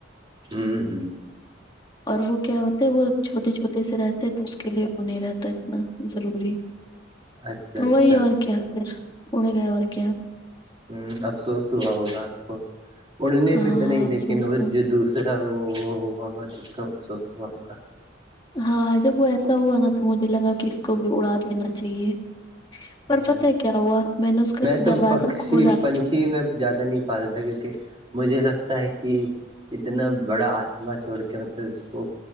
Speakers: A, on the right; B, on the left.
A: ہوں ہوں
B: اور وہ کیا ہوتا ہے وہ چھوٹے چھوٹے سے رہتے ہیں تو اس کے لیے وہ نہیں رہتا اتنا ضروری
A: اچھا
B: تو
A: اچھا
B: وہی اور کیا پھر اڑ گیا اور کیا
A: ہ افسوس ہوا ہوگا آپ کو اڑنے
B: ہاں
A: پہ تو نہیں
B: افسوس
A: لیکن وہ
B: تو
A: جو دوسرا پرا وہ وہ ہو ہوگا تو اس کا افسوس ہوا ہوگا
B: ہاں جب وہ ایسا ہوا نا تو مجھے لگا کہ اس کو بھی اڑا د دینا چاہیے
A: ہوں
B: پر پت ہے کیا ہوا میں نے اس کا
A: تو
B: دروازہ
A: پکشی
B: کھولا
A: پنچھی میں زیادہ نہیں پالتا کیونکہ مجھے لگتا ہے کہ اتنا بڑا آسما چھوڑ کے مطلب اس کو